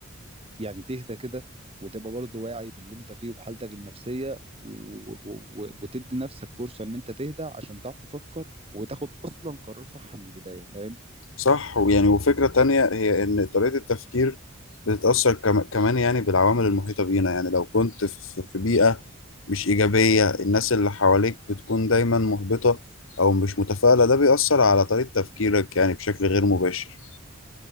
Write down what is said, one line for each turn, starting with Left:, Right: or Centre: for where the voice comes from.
Right: يعني تهدى كده وتبقى برضه واعي باللي انت فيه وبحالتك النفسيه و... و... و... وتدي نفسك فرصه ان انت تهدى عشان تعرف تفكر وتاخد اصلا قرار صح من البدايه فاهم
Left: صح ويعني وفكرة تانية هي إن طريقة التفكير بتتأثر كم- كمان يعني بالعوامل المحيطة بينا يعني لو كنت في في بيئة مش إيجابية الناس اللي حواليك بتكون دايما محبطة أو مش متفائلة ده بيأثر على طريقة تفكيرك يعني بشكل غير مباشر